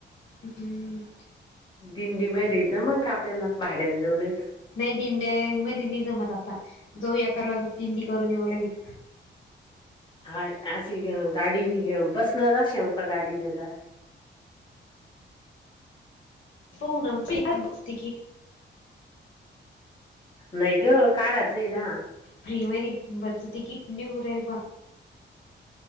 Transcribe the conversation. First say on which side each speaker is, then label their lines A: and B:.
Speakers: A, on the left; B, on the left.
A: हम्म.
B: दिंडी मच मग का आपल्याला भाड्यांन जाऊनेत.
A: नाही दिंड मग दिंडी जमत आता, जाऊ एकाजात दिंडी करून येऊ लगित.
B: हा अशी घेऊ गाडीनी घेऊ बसनार अशील का गाडी न जाय.
A: हो ना मिळाय पाहिजे तिकीट.
B: नाही ग काल रात्री ना.
A: फ्री मधी बसच तीकिट नीउ राहील पा.